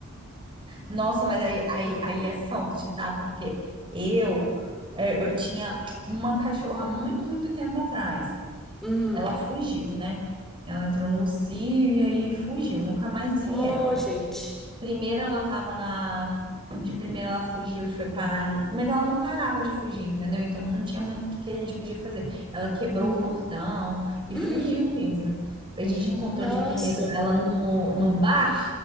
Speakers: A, on the right; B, in the centre.
A: Nossa, mas aí, aí, aí é sorte, tá? Porque eu, é, eu tinha uma cachorra muito, muito tempo atrás.
B: Uhum.
A: Ela fugiu, né? Ela entrou no cio e aí fugiu, nunca mais vi
B: Oh,
A: ela.
B: gente.
A: Primeiro ela tava na. De primeiro ela fugiu e foi parar. Mas ela não parava de fugir, entendeu? Então não tinha muito o que que a gente podia fazer. Ela quebrou
B: Uhum.
A: o portão e
B: Uhum.
A: fugiu mesmo. A gente encontrou
B: Nossa.
A: de primeiro ela no, no bar,